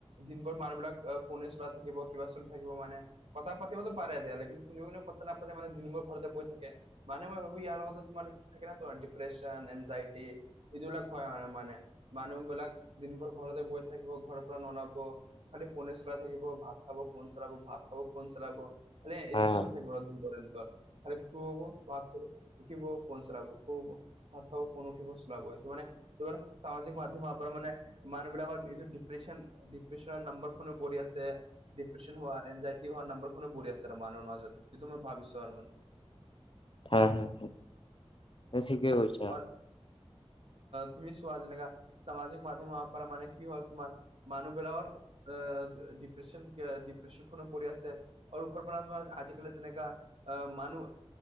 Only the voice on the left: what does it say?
হয়
হয় হয় তই ঠিকেই কৈইছ।